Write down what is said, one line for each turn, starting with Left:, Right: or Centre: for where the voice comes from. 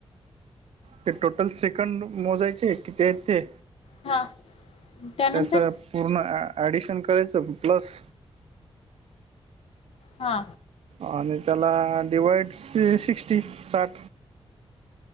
Right: ते टोटल सेकंड मोजायचे किती आहेत ते
Left: हा त्यानंतर
Right: त्याच? पूर्ण ॲ ॲडिशन करायचं प्लस
Left: हा.
Right: आणि त्याला डिवाइड स सिक्स्टी साठ.